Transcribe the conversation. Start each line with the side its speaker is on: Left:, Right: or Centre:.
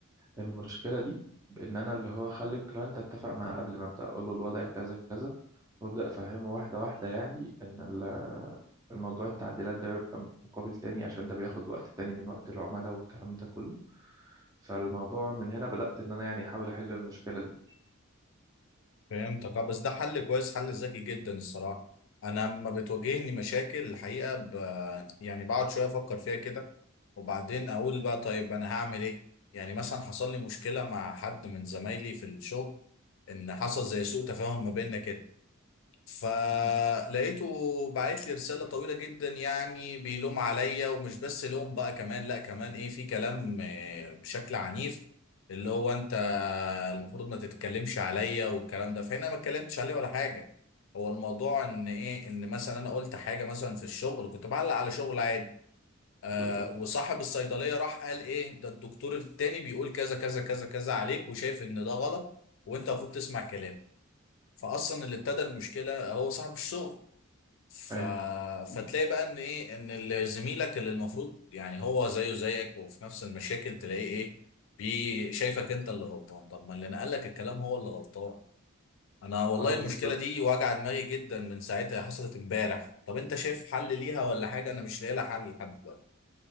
Right: المشكلة دي بان انا اللي هو اخلي الكلاينت اتفق معاه قبل ما ابدأ اقول له الوضع كذا كذا وابدأ افهمه واحدة واحدة يعني ان ال- الموضوع التعديلات ده بيبقى مقابل تاني عشان ده بياخد وقت تاني من وقت العملاء والكلام ده كله فالموضوع من هنا بدأت ان انا يعني احاول احل المشكلة دي
Left: فهمتك اه بس ده حل كويس حل ذكي جدا الصراحة انا لما بتواجهني مشاكل الحقيقة ب... يعني بقعد شوية افكر فيها كده وبعدين اقول بقى طيب انا هعمل ايه يعني مثلا حصل لي مشكلة مع حد من زمايلي في الشغل ان حصل زي سوء تفاهم ما بيننا كده فلقيته
Right: مهم.
Left: بعت لي رسالة طويلة جدا يعني بيلوم عليا ومش بس لوم بقى كمان لا كمان ايه في كلام آه، بشكل عنيف اللي هو انت المفروض ما تتكلمش عليا والكلام ده فهنا ما اتكلمتش عليه ولا حاجه هو الموضوع ان ايه ان مثلا انا قلت حاجه مثلا في الشغل كنت بعلق على شغل عادي آه
Right: بالظبط
Left: وصاحب الصيدليه راح قال ايه ده الدكتور التاني بيقول كذا كذا كذا كذا عليك وشايف ان ده غلط وانت المفروض تسمع كلام فاصلا اللي ابتدى المشكله هو صاحب الشغل ف...
Right: ايوه
Left: فتلاقي بقى ان ايه ان ال- زميلك اللي المفروض يعني هو زيه زيك وفي نفس المشاكل تلاقيه ايه بي شايفك انت اللي غلطان طب ما اللي نقلك الكلام هو اللي غلطان انا والله
Right: اه
Left: المشكله
Right: بالظبط
Left: دي واجعه دماغي جدا من ساعتها حصلت امبارح طب انت شايف حل ليها ولا حاجه انا مش لاقي لها حل لحد دلوقتي